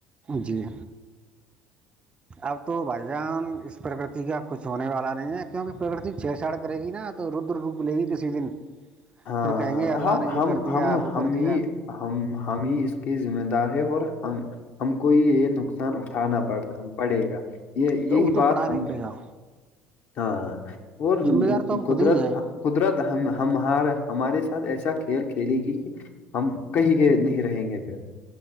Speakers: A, on the right; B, on the left.
A: جی اب تو بھائی جان اس پرکتی کا کچھ ہونے والا نہیں ہے کیونکہ گر چھیڑ چاڑ کرے گی نا تو ردر رک لے گی کسی دن
B: ہاں
A: پھر کہیں گے اللہ
B: ہاں
A: نے یہ
B: ہم
A: کر دیا
B: ہم
A: اب
B: ہم
A: وہ
B: ہم
A: کر
B: ہی
A: دیا
B: ہم ہم ہی اس کے ذمہ دار ہے اور ہم ہم کو یہ نقصان اٹھانا پڑ پڑے گا یہ
A: تو
B: یہی
A: وہ تو
B: بات
A: پڑھا نہیں
B: ہم
A: پڑے گا
B: ہاں اور
A: ذمہ دار تو ہم
B: قدرت
A: خود ہی ہیں
B: قدرت ہم ہمار ہمارے ساتھ ایسا کھیل کھیلے گی کہ ہم کہیں کے نہیں رہیں گے پ